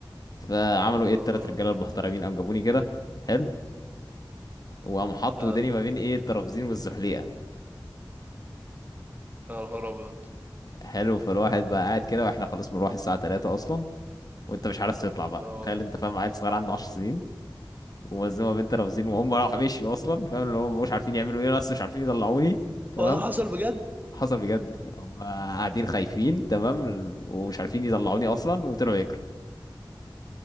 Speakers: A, on the left (about 50°); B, on the right (about 20°).
A: فعملوا
B: اه
A: ايه التلات
B: اه
A: رجالة المحترمين قام جابوني كده حلو وقام حطوا
B: اه
A: وداني ما بين ايه الترابزين والزحليقة
B: يا نهار ابيض
A: حلو فالواحد بقى قاعد كده واحنا خلاص بنروح الساعة 3 أصلا وانت مش عارف تطلع بقى
B: اه
A: تخيل انت فاهم عيل صغير عنده 10 سنين ومزنوقة بين ترابزين وهم راحوا مشيوا أصلا فاهم اللي هم مش عارفين يعملوا ايه بس مش عارفين يطلعوني تمام
B: هو ده حصل بجد
A: حصل بجد هم قاعدين خايفين تمام ومش عارفين يطلعوني اصلا وطلعوا يجروا